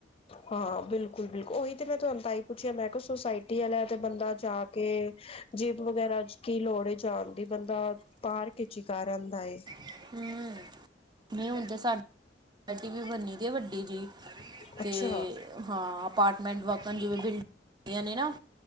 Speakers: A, on the left (about 30°); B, on the right (about 25°).
A: ਹਾਂ ਬਿਲਕੁਲ-ਬਿਲਕੁਲ, ਉਹੀ ਤੇ ਮੈਂ ਤੁਹਾਨੂੰ ਤਾਂ ਹੀ ਪੁੱਛਿਆ, ਮੈਂ ਕਿਹਾ ਸੋਸਾਇਟੀ ਆਲੇਆ ਤੇ ਬੰਦਾ ਜਾ ਕੇ ਜੀਪ ਵਗੈਰਾ ਇੱਚ ਕੀ ਲੋੜ ਏ ਜਾਣ ਦੀ? ਬੰਦਾ ਪਾਰਕ ਇੱਚ ਈ ਕਰ ਆਂਦਾ ਏ।
B: <unintelligible> ਨੀ ਹੁਣ ਤੇ ਸਾ, ਡੱਡੀ ਵੀ ਬਨੀ ਦੀ ਏ ਵਡੀ ਜਈ।
A: ਅੱਛਾ
B: ਤੇ ਹਾਂ ਅਪਾਰਟਮੈਂਟ ਵਾਕਨ ਜਿਵੇੰ ਬਿਲਡ, ਹੁੰਦੀਆਂ ਨੇ ਨਾ।